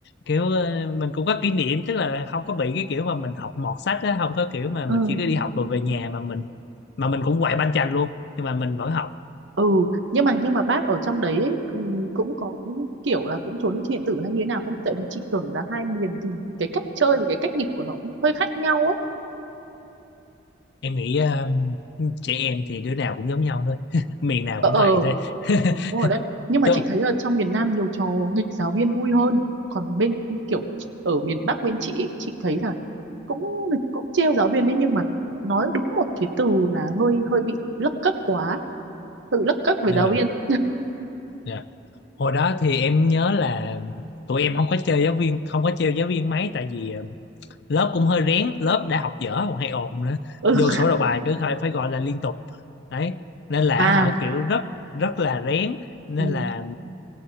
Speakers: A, on the left (about 60°); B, on the right (about 70°).
A: kiểu ờ, mình cũng có kỷ niệm tức là không có bị cái kiểu mà mình học mọt sách á không có kiểu mà mình
B: ừ
A: chỉ có đi học rồi về nhà mà mình mà mình cũng quậy banh chành luôn nhưng mà mình vẫn học
B: ừ nhưng mà nhưng mà bác ở trong đấy ấy, ừ, cũng có cái kiểu là cũng trốn đi thi điện tử hay như thế nào không tại vì chị tưởng là hai miền thì cái cách chơi và cái cách nghịch của nó cũng hơi khác nhau ấy
A: em nghĩ ờ, trẻ em thì đứa nào cũng giống nhau thôi <laughs> miền nào
B: ờ
A: cũng
B: ờ
A: vậy thôi <laughs>
B: đúng rồi đấy nhưng mà
A: chứ
B: chị thấy ở trong miền Nam nhiều trò nghịch giáo viên vui hơn còn bên kiểu ở miền Bắc bên chị ấy, chị thấy là cũng nghịch cũng trêu giáo viên đấy nhưng mà nói đúng một cái từ là hơi hơi bị lấc cấc quá tự lấc cấc với
A: dạ,
B: giáo viên
A: dạ. hồi đó thì em nhớ là tụi em không có chơi giáo viên không có trêu giáo viên mấy tại vì ờ, lớp cũng hơi rén lớp đã học dở còn hay ồn nữa
B: ừ
A: vô sổ đầu bài cứ phải phải gọi là liên tục đấy nên là
B: à
A: họ kiểu rất rất là rén nên
B: ừ,
A: là